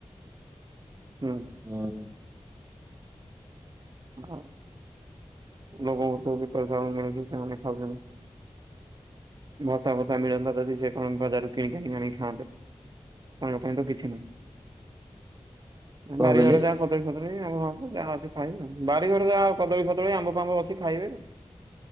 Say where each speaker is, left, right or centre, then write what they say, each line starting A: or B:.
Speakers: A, on the right; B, on the right.
A: ହୁଁ।
B: ହଁ।
A: <unintelligible> ଲୋକଙ୍କୁ ତ ବିପିଏଲ ମିଳୁଛି ସେମାନେ ଖାଉଛନ୍ତି। ଭତା ଫତା ମିଳନ୍ତା ଯଦି ସେ କଣ ବଜାରରୁ କିଣିକି କିଣିଆଣିକି ଖାଆନ୍ତେ। ତାଙ୍କ ପାଇଁ ତ କିଛି ନାହିଁ
B: କଣ
A: ବାରିଘରେ
B: କହିଲେ?
A: ଯାହା କଦଳୀ ଫଦଳି ଆମ୍ବ ଯାହା ଅଛି ଖାଇବେ ବାରି ଘର ଯାହା କଦଳୀ ଫଦଳୀ ଆମ୍ବ ଫାମ୍ବ ଅଛି ଖାଇବେ।